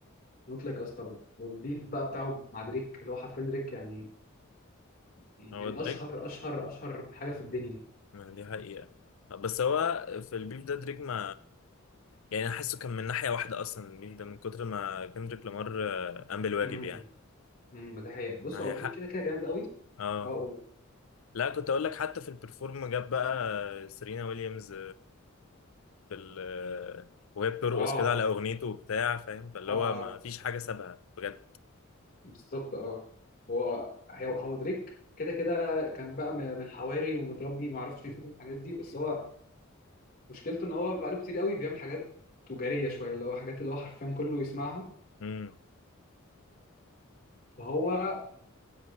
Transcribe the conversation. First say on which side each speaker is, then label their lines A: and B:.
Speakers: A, on the left; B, on the left.
A: نوت لايك اس طبعا والبيف بقى بتاعه مع دريك اللي هو حرفيا دريك يعني من
B: هو دريك
A: اشهر اشهر اشهر حاجه في الدنيا
B: ما دي حقيقه بس هو في البيف ده دريك ما يعني انا حاسه كان من ناحيه واحده اصلا البيف ده من كتر ما كندريك لامار آه، قام بالواجب
A: امم
B: يعني
A: امم ده حقيقة بص
B: معايا
A: هو دريك
B: حق
A: كده كده جامد قوي
B: اه
A: اه قول
B: لا كنت اقول لك حتى في البرفورم جاب بقى سيرينا ويليامز في ال وهي بترقص
A: اه
B: كده على اغنيته وبتاع فاهم فاللي
A: اه
B: هو ما فيش حاجه سابها بجد
A: بالظبط اه هو هو هو دريك كده كده كان بقى من من الحواري ومتربي ما اعرفش فين الحاجات دي بس هو مشكلته ان هو بقى له كتير قوي بيعمل حاجات تجاريه شويه اللي هو حاجات اللي هو حرفيا كله يسمعها
B: امم
A: فهو